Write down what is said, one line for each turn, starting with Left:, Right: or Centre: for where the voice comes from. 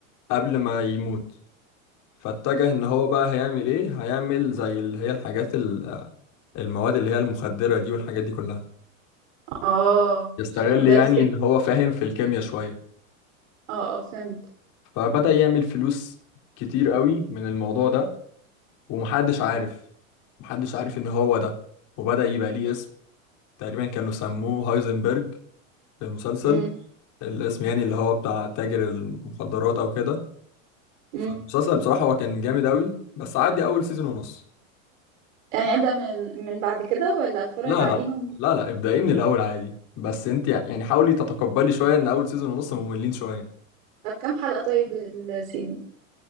Left: قبل ما يموت فاتجه إن هو بقى هيعمل إيه هيعمل زي اللي هي الحاجات ال- المواد اللي هي المخدرة دي والحاجات دي كلها
Right: اه
Left: يستغل
Right: عشان كان مدرس
Left: يعني
Right: كيمياء
Left: إن هو فاهم في الكيمياء شوية
Right: اه اه فهمت
Left: فبدأ يعمل فلوس كتير أوي من الموضوع ده ومحدش عارف محدش عارف إن هو ده وبدأ يبقى ليه اسم تقريبا كانوا سموه هايزنبرج في المسلسل
Right: امم
Left: الاسم يعني اللي هو بتاع تاجر المخدرات أو كده
Right: امم
Left: فالمسلسل بصراحة هو كان جامد أوي بس عدي أول سيزون ونص
Right: يعني ابدا من من بعد كده ولا اتفرج
Left: لا
Right: عليهم
Left: لا لا لا ابدأي من الأول عادي بس أنت يعني حاولي تتقبلي شوية إن أول سيزون ونص مملين شوية
Right: طب كام حلقه طيب السيزون